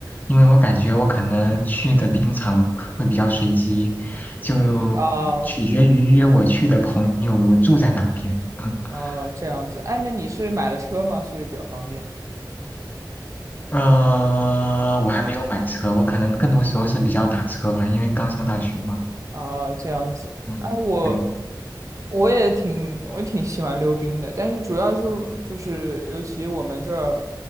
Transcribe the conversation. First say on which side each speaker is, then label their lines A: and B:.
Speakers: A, on the left; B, on the right.
A: 因为我感觉我可能去的冰场会比较随机，就取决于约我去的朋友住在哪边。
B: 哦，
A: <laughs>
B: 哦，这样子，哎，那你是买了车吗？所以比较方便。
A: 呃，我还没有买车，我可能更多时候是比较打车吧，因为刚上大学嘛。
B: 哦，这样子，
A: 嗯，
B: 哎，我
A: 对，
B: 我也挺我挺喜欢溜冰的，但是主要是就是尤其我们这儿，
A: 嗯，